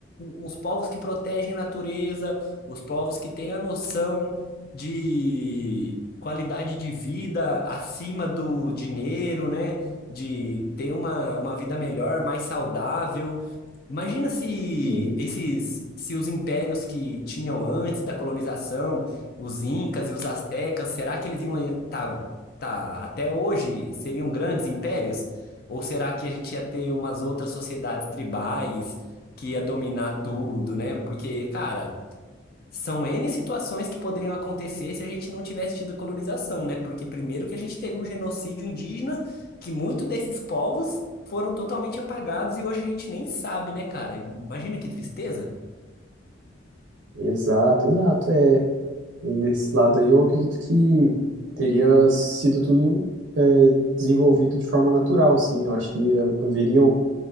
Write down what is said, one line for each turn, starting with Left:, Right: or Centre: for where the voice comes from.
Left: os povos que protegem a natureza, os povos que têm a noção de qualidade de vida acima do dinheiro, né? De ter uma, uma vida melhor, mais saudável. Imagina se
Right: Sim,
Left: esses, se os impérios que tinham antes da colonização, os incas e os aztecas, será que eles iam estar tá, tá, até hoje seriam grandes impérios? Ou será que a gente ia ter umas outras sociedades tribais que ia dominar tudo, né? Porque, cara, são N situações que poderiam acontecer se a gente não tivesse tido colonização, né? Porque primeiro que a gente teve um genocídio indígena, que muitos desses povos foram totalmente apagados e hoje a gente nem sabe, né, cara? Imagina que tristeza.
Right: exato, exato, é. E nesse lado aí eu acredito que teria sido tudo eh, desenvolvido de forma natural, assim, eu acho que ha- haveriam